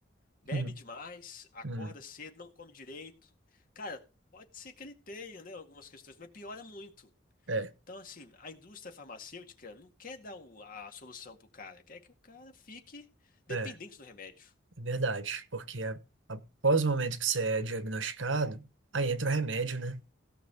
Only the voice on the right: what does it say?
hum,
hum,
é,
é.
É verdade, porque a- após o momento que você é diagnosticado, aí entra o remédio, né?